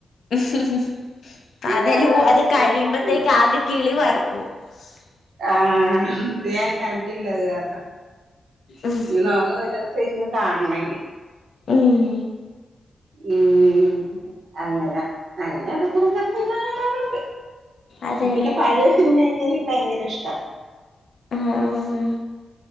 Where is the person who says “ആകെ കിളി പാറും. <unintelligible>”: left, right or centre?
Left